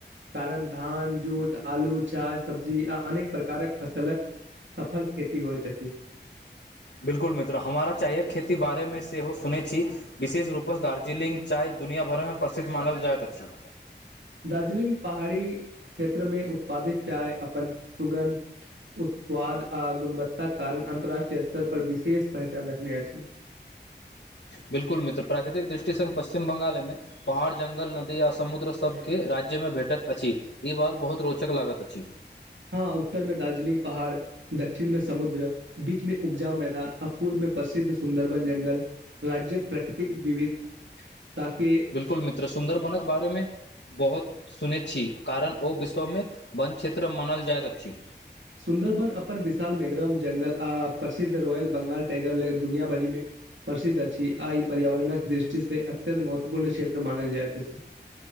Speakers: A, on the right; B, on the left.
A: कारण धान जूट आलू चाय सब्जी आ अनेक प्रकारक फसलक सफल खेती होय तस
B: बिल्कुल मित्र हमारा चायक खेती बारेमे सेहो सुनैत छी विशेष रूपसँ दार्जिलिंग चाय दुनिया भरमे प्रसिद्ध मानल जाइत अछि
A: दार्जिलिंग पहाड़ी क्षेत्र मे उत्पादित चाय अपन सुगन्ध उ स्वाद आ गुणवत्ता कारण अन्तर्राष्ट्रीय स्तर पर विशेष पहचान रखने अछि
B: बिलकुल मित्र प्राकृतिक दृष्टिसँ पश्चिम बंगालमे पहाड़ जंगल नदी आ समुद्र सभके राज्यमे भेटैत अछि ई बात बहुत रोचक लागत अछि
A: हँ उत्तर मे दार्जिलिंग पहाड़ दक्षिण मे समुद्र बीच मे उपजाउ मैदान अपूुर में प्रसिद्ध सुन्दरबन जंगल राज्य्यक प्राकृतिक विविध ताकि
B: बिलकुल मित्र सुन्दर बनक बारे मे बहुत सुनेै छी कारण ओ विश्व मे वन क्षेत्र मानल जाइत अछि
A: सुन्दरबन अपन विशाल मेघरम जंगल आ प्रिद्ध रॉयल बंगाल टाइगर लेग दुनिया भरि मे प्रसिद्ध अछि आ ई पर्यावरणक दृष्टिसँ से अत्यन्त महत्वपूर्ण क्षेत्र मानल जाइतइत छै